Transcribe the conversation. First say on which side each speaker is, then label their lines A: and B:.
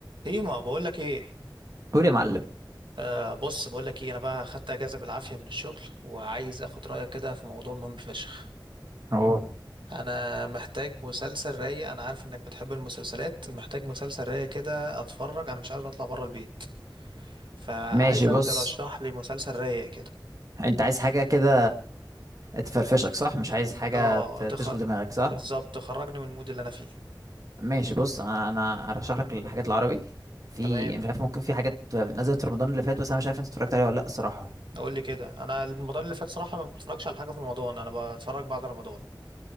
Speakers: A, on the right; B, on the right.
A: هي ما بقول لك ايه
B: قول يا معلم
A: آه بص بقول لك ايه انا بقى خدت اجازه بالعافيه من الشغل وعايز اخد رايك كده في موضوع مهم فشخ
B: اه
A: انا محتاج مسلسل رايق انا عارف انك بتحب المسلسلات محتاج مسلسل رايق كده اتفرج انا مش عارف اطلع بره البيت فعايزك
B: ماشي بص
A: ترشح لي مسلسل رايق كده
B: انت عايز حاجة كده تفرفشك صح مش عايز حاجة
A: اه
B: ت-
A: تخ...
B: تشغل دماغك صح
A: بالظبط تخرجني من المود اللي انا فيه
B: ماشي بص انا انا ارشح لك الحاجات العربي في
A: تمام
B: مش عارف ممكن في حاجات نزلت رمضان اللي فات بس انا مش عارف انت اتفرجت عليها ولا لا الصراحة
A: اقول لي كده انا رمضان اللي فات صراحه ما بتفرجش على حاجه في رمضان انا بتفرج بعد رمضان